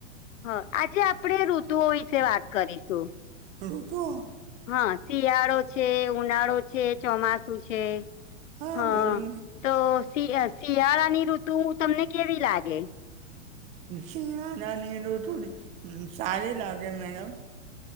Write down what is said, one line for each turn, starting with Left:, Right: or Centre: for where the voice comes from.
Left: હ આજે આપળે ઋતુઓ વિશે વાત કરીશું.
Right: હલો તો.
Left: હ શિયાળો છે ઉનાળો છે ચોમાસુ છે.
Right: હા
Left: હ
Right: બોલો
Left: તો શિય શિયાળાની ઋતુ તમને કેવી લાગે?
Right: શિયારાની ઋતુ અ સારી લાગે મેડમ.